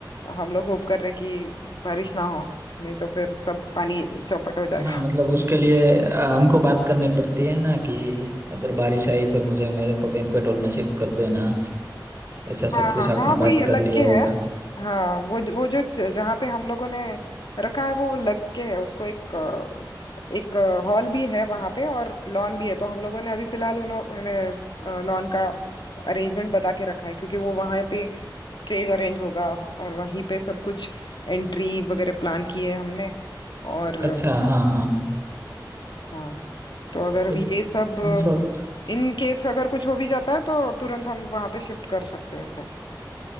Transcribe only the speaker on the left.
हम लोग होप कर रहे हैं कि बारिश ना हो नहीं तो फिर सब पानी चौपट हो जाएगा
हाँ
हाँ
हाँ वो
ये
लग
के
है हाँ वो ज- वो जो च- जहाँ पे हम लोगों ने रखा है वो लग के है उसको एक अ, एक हॉल भी है वहाँ पे और लॉन भी है तो हम लोगों ने अभी फिलहाल उन्होंने लॉन का अरेंजमेंट बता के रखा है क्योंकि वो वहाँ पे स्टेज अरेंज होगा और वहीं पे सब कुछ एंट्री वगैरह प्लान की है हमने और
हाँ तो अगर
ये सब
इन केस अगर कुछ हो भी जाता है तो तुरंत हम वहाँ पे शिफ्ट कर सकते हैं सब